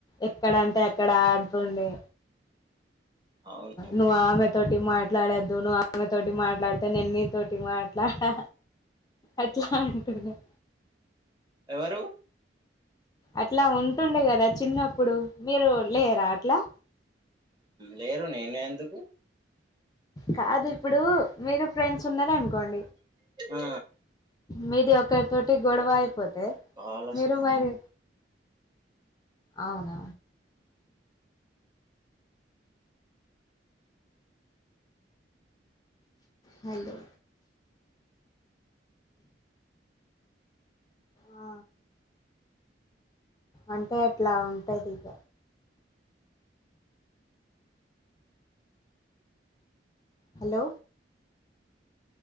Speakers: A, on the left (about 20°); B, on the right (about 25°).
A: ఎక్కడంటే ఎక్కడ ఆడుతుండే
B: అవును
A: నువ్వు అమే తోటి మాట్లాడద్దు నువ్వు ఆమె తోటి మాట్లాడితే నేను నీ తోటి మాట్లాడా అట్లా అంటునారు
B: ఎవరు
A: అట్లా ఉంటుండే కదా చిన్నప్పుడు మీరు లేరా అట్లా
B: లేరు నేను ఎందుకు
A: కాదు ఇప్పుడు మీరు ఫ్రెండ్స్ ఉన్నార అనుకోండి
B: ఆ
A: మీది ఒకరి తోటి గొడవ అయిపోతే
B: కాల్ వస్తా
A: మీరు మరి అవున హలో ఆ అంటే అట్లా ఉంటది ఇగ హలో